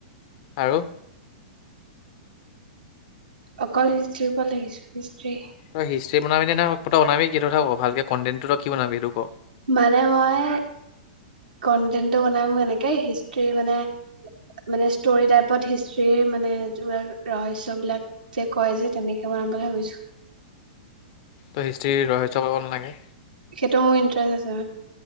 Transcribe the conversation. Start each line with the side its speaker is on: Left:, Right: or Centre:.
Left: আৰু।
Right: অকল হিষ্ট্ৰীৰ পৰা লিখিছোঁ হিষ্ট্ৰি।
Left: তই হিষ্ট্ৰি বনাবি নে, না <unintelligible> বনাবি কি তই কথা ক ভালকে কণ্টেন্টো তই কি বনাবি সেইটো ক?
Right: মানে মই কন্টেন্টটো বনাম এনেকে হিষ্ট্ৰি মানে মানে ষ্টৰি টাইপত হিষ্ট্ৰিৰ মানে যে ৰহস্যবিলাক যে কয় যে তেনেকে বনাম। বনাম বুলি ভাবিছোঁ।
Left: তই হিষ্ট্ৰি ৰহস্য বনাব নালাগে।
Right: সেইটো মোৰ ইণ্টাৰেষ্ট আছে মানে।